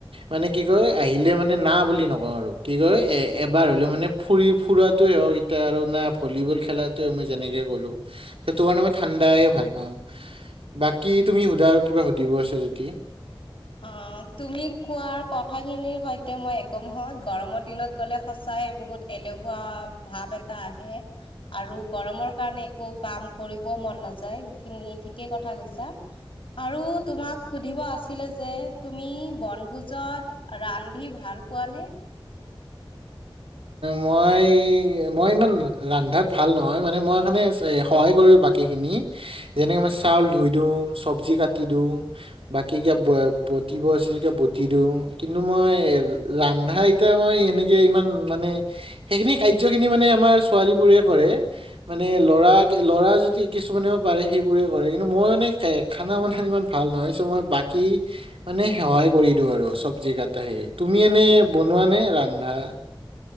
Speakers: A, on the right (about 80°); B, on the left (about 65°).
A: মানে কি কৰো আহিলে মানে না বুলি নকওঁ আৰু, কি কয় এ এবাৰ হ'লেওঁ মানে ফুৰি ফুৰাটোৱে হওঁক এয়া আৰু না ভলীবল খেলাতোৱে মই যেনেকে ক'লো, সেইটো কাৰণে মই ঠাণ্ডাই ভাল পাওঁ। বাকী, তুমি সোধা আৰু কিবা সুধিব আছে যদি।
B: আহ, তুমি কোৱাৰ কথাখিনিৰ সৈতে, মই একমহত গৰমৰ দিনত গ'লে সঁচাই বহুত এলেহুৱা ভাৱ এটা আহে। আৰু গৰমৰ কাৰণে একো কাম কৰিবওঁ মন নাযায়, সেইখিনি ঠিকেই কথা কৈছা। আৰু তোমাক সুধিব আছে ছিলে যে, তুমি বনভোজত ৰান্ধি ভাল পোৱা নে?
A: মই, মই ইমান ৰান্ধাত ভাল নহয় মানে, মই মানে সহায় কৰি বাকী বাকীখিনি, যেনেকে মই চাউল ধুই দিওঁ, চবজি কাটি দিওঁ। বাকী কিবা বটিব আছে, যদি বটি দিওঁ কিন্তু মই ৰান্ধাই এতিয়া মই এনেকে ইমান মানে, সেইখিনি কাৰ্যখিনি মানে আমাৰ ছোৱালী বোৰে কৰে। মানে ল'ৰা, ল'ৰা যদি কিছুমানেও পাৰে সেইবোৰে কৰে কিন্তু মই মানে এ খানা বনাই ইমান ভাল নহয়, চো মই বাকী মানে সহায় কৰি দিওঁ আৰু চব্জি কাটা সেই, তুমি এনে বনোৱা নে ৰান্ধা?